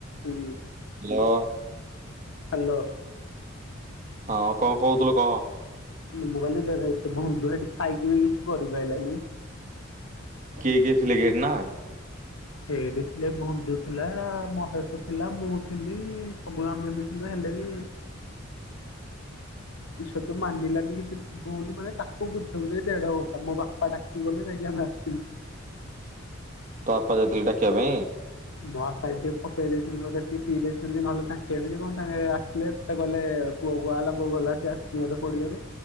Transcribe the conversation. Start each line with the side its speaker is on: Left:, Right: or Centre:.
Left: ହୁଁ।
Right: Hello.
Left: Hello.
Right: ହଁ କଣ କହୁଥିଲୁ କହ?
Left: ମୁଁ କହିଲି ଦେଖେ ସେ ବନ୍ଧୁ ସେଇଠି ଥାଇକି ବି କିଛି କରିପାଇଲାନି।
Right: କିଏ କିଏ ଥିଲେ <unintelligible> ନା?
Left: ସେଇଠି ଥିଲେ ବନ୍ଧୁ ଥିଲା, ମହେଶ ଥିଲା, ମୁଁ ଥିଲି ସବୁ ଆମେ ମି କିନ୍ତୁ ହେଲେବି
Right: <unintelligible>
Left: ସେତ ମାନିଲାନି କିଛି ଭୁଲ ମାନେ ତାକୁ ବୁଝଉ ଯେ ଦେଢଘଣ୍ଟା। ମୋ ବା ପା ଡାକି କି ଗଲେ ଯାଇକି ଆମେ ଆସିଲୁ।
Right: ତୋ ବାପା ଯାଇଥିଲେ ଡାକିବା ପାଇଁ?
Left: ମୋ ବାପା ଆଜି ଟିକେ ପକେଇ ଦେଇଛନ୍ତି ବୋଧେ ଟିକେ ପିଇ ଦେଇଛନ୍ତି ନହେଲେ ତାଙ୍କେ ଏମିତି କଣ <unintelligible> ଆସିଲେ। ସେ କହିଲେ ପୁଅ କୁଆଡେ ଗଲା? ବୋଉ କହିଲା ସିଏ ଆସିିନି ବୋଧେ ପଡିଆରୁ।